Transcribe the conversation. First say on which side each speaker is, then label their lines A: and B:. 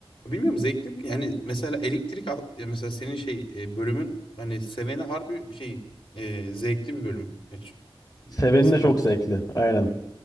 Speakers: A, on the left; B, on the left.
A: Bilmiyorum zevkli. Yani mesela elektrik al- ya mesela senin şey e, bölümün hani seveni harbi şey e, zevkli bir bölüm. E, çünkü-
B: Seveni
A: mesela
B: de çok zevkli. Aynen.